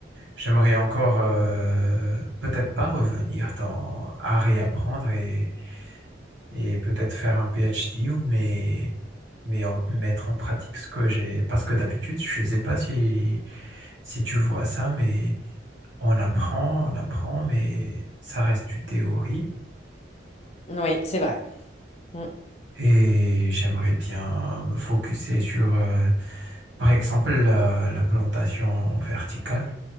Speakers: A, on the right (about 85°); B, on the left (about 35°).
A: J'aimerais encore euh, peut-être pas revenir dans, à réapprendre et et peut-être faire un PhD ou mais mais en- mettre en pratique ce que j'ai parce que d'habitude je ne sais pas si si tu vois ça mais on apprend on apprend mais ça reste du théorie
B: oui, c'est vrai. Mm.
A: et j'aimerais bien me focuser sur euh, par exemple la, la plantation verticale